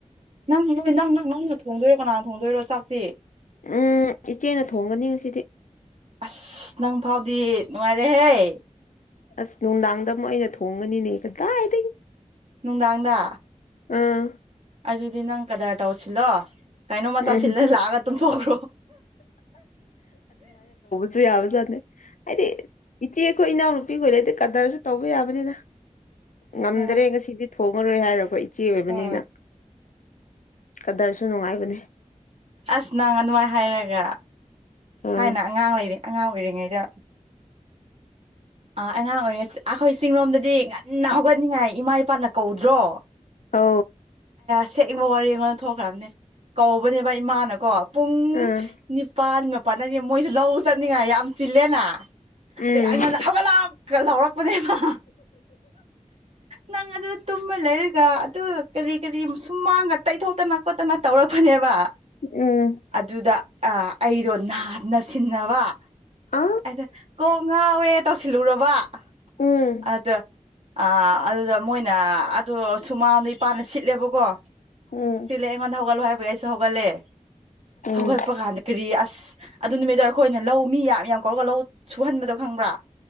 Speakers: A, on the right; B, on the left.
A: ꯅꯪ ꯅꯣꯏ ꯅꯪ ꯅꯪ ꯅꯪꯅ ꯊꯣꯡꯗꯣꯏꯔꯣ ꯀꯅꯥꯅ ꯊꯣꯡꯗꯣꯏꯔꯣ ꯆꯥꯛꯇꯤ
B: ꯎꯝ ꯏꯆꯦꯅ ꯊꯣꯡꯒꯅꯤ ꯉꯁꯤꯗꯤ
A: ꯑꯁ ꯅꯪ ꯐꯥꯎꯗꯤ ꯅꯅꯨꯡꯉꯥꯏꯔꯦ ꯍꯦ
B: ꯑꯁ ꯅꯨꯡꯗꯥꯡꯗ ꯑꯃꯨꯛ ꯑꯩꯅ ꯊꯣꯡꯉꯅꯤꯅꯦ ꯀꯗꯥꯏꯗꯒꯤ
A: ꯅꯨꯡꯗꯥꯡꯗ
B: ꯑꯥ
A: ꯑꯗꯨꯗꯤ ꯅꯪ ꯀꯗꯥꯏ ꯇꯧꯁꯤꯂꯣ ꯀꯩꯅꯣ ꯃꯆꯥ
B: ꯎꯝ
A: ꯁꯤꯜꯂ ꯂꯥꯛꯑꯒ ꯇꯨꯝꯊꯣꯛꯈ꯭ꯔꯣ
B: ꯑꯗꯨ ꯌꯥꯕꯖꯥꯅꯦ ꯍꯥꯏꯗꯤ ꯏꯆꯦ ꯑꯩꯈꯣꯏ ꯏꯅꯥꯎꯅꯨꯄꯤꯈ ꯂꯩꯗꯤ ꯀꯗꯔꯁꯨ ꯇꯧꯕ ꯌꯥꯕꯅꯤꯅ ꯉꯝꯗ꯭ꯔꯦ
A: ꯑ
B: ꯉꯁꯤꯗꯤ ꯊꯣꯡꯉꯔꯣꯏ ꯍꯥꯏꯔꯀꯣ ꯏꯆꯦ ꯑꯣꯏꯕꯅꯤꯅ
A: ꯎꯝ
B: ꯑꯗꯁꯨ ꯁ ꯅꯨꯡꯉꯥꯏꯕꯅꯤ
A: ꯑꯁ ꯅꯪ ꯑꯗꯨꯃꯥꯏ ꯍꯥꯏꯔꯒ
B: ꯑꯥ
A: ꯊꯥꯏꯅ ꯑꯉꯥꯡ ꯂꯩꯔꯤ ꯑꯉꯥꯡ ꯑꯣꯏꯔꯤꯉꯩꯗ ꯑ ꯑꯉꯥꯡ ꯑꯣꯏꯔꯤꯁꯤ ꯑꯩꯈꯣꯏ ꯆꯤꯡꯂꯣꯝꯗꯗꯤ ꯉꯟꯅ ꯍꯧꯒꯠꯅꯤꯡꯉꯥꯏ ꯏꯃꯥ ꯏꯄꯥꯅ ꯀꯧꯗ꯭ꯔꯣ
B: ꯑ
A: ꯁꯦꯛꯦꯡꯅꯤꯡꯕ ꯋꯥꯔꯤꯔꯦꯡꯉꯣꯟꯗ ꯊꯣꯛꯈ꯭ꯔꯕꯅꯦ ꯀꯧꯕꯅꯦꯕ ꯏꯃꯥꯅꯀꯣ ꯄꯨꯡ
B: ꯑꯥ
A: ꯅꯤꯄꯥꯜ ꯐꯅꯗꯤ ꯃꯣꯏꯁꯨ ꯂꯧꯕ ꯆꯠꯅꯤꯡꯉꯥꯏ ꯌꯥꯝ ꯆꯤꯜꯂꯦꯅ ꯑꯗꯨꯗꯩ
B: ꯎꯝ
A: ꯑꯩꯉꯣꯟꯗ ꯍꯧꯒꯠꯂꯀ ꯂꯧꯔꯛꯄꯅꯦꯕ ꯅꯪ ꯑꯗꯨꯗ ꯇꯨꯝꯃ ꯂꯩꯔꯒ ꯑꯗꯨꯒ ꯀꯔꯤ ꯀꯔꯤ ꯁꯨꯝ ꯃꯥꯡꯉ ꯇꯩꯊꯣꯛꯇꯅ ꯈꯣꯠꯇꯅ ꯇꯧꯔꯛꯄꯅꯦꯕ
B: ꯎꯝ
A: ꯑꯗꯨꯗ ꯑꯩꯗꯣ ꯅꯥꯟꯅ ꯁꯤꯟꯅꯕ ꯋꯥ
B: ꯑ
A: ꯍꯥꯏꯗ ꯍꯥꯎꯋꯦ ꯇꯧꯁꯤꯜꯂꯨꯔꯕ
B: ꯎꯝ
A: ꯑꯗ ꯑꯥ ꯑꯗꯨꯗ ꯃꯣꯏꯅ ꯑ ꯁꯨꯃꯥꯡꯗ ꯏꯄꯥꯅ ꯁꯤꯠꯂꯦꯕꯀꯣ
B: ꯎꯝ
A: ꯁꯤꯂ ꯑꯩꯉꯣꯟꯗ ꯍꯧꯒꯠꯂꯣ ꯍꯥꯏꯕꯒꯤ ꯑꯩꯁꯨ ꯍꯧꯒꯠꯂꯦ
B: ꯎꯝ
A: ꯍꯧꯒꯠꯄ ꯀꯥꯟꯗ ꯀꯔꯤ ꯑꯁ ꯑꯗꯨ ꯅꯨꯃꯤꯠꯇ ꯑꯩꯈꯣꯏꯅ ꯂꯧ ꯃꯤ ꯌꯥꯝ ꯌꯥꯝ ꯀꯧꯔꯒ ꯂꯧ ꯁꯨꯍꯟꯕꯗꯣ ꯈꯪꯕ꯭ꯔꯥ